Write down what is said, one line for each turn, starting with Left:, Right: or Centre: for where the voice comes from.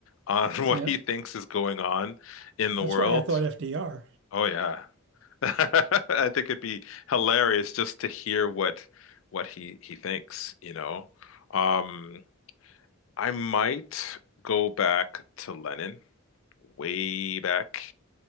Left: on <laughs>
Right: Yeah.
Left: what he thinks is going on in the
Right: That's
Left: world.
Right: why I thought FDR.
Left: Oh yeah, <laughs> I think it'd be hilarious just to hear what what he he thinks, you know. Um, I might go back to Lennon, way back.